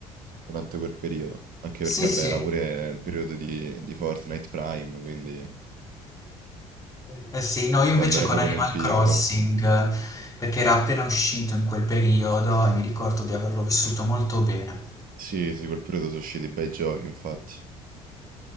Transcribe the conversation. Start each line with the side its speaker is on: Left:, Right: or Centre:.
Right: durante quel periodo, anche
Left: Sì,
Right: perché vabbè
Left: sì.
Right: era pure il periodo di di Fortnite Prime, quindi
Left: Eh sì, no, io
Right: quando
Left: invece
Right: era
Left: con
Right: proprio
Left: Animal
Right: nel picco.
Left: Crossing, perché era appena uscito in quel periodo e mi ricordo di averlo vissuto molto bene.
Right: Sì, sì, quel periodo so' usciti bei giochi infatti.